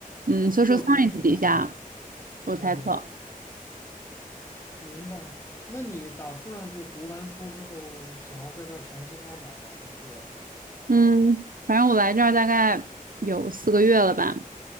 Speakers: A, on the right; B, on the left.
A: 嗯 social
B: 社工是吧？
A: science 底下，我猜测。
B: 嗯，明白。那你打算就读完书之后，想要在这儿长期发展吗？还是？
A: 嗯，反正我来这儿大概有四个月了吧。